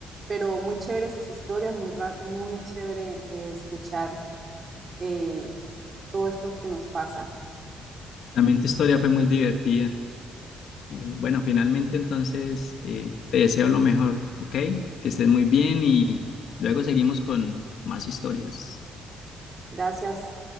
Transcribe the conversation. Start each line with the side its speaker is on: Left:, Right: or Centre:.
Right: pero muy chévere sus historias, muy, ra- muy chévere eh, escuchar eh, todo esto que nos pasa.
Left: También tu historia fue muy divertida. Eh, bueno, finalmente entonces eh, te deseo lo mejor, ¿ok? Que estés muy bien y luego seguimos con más historias.
Right: Gracias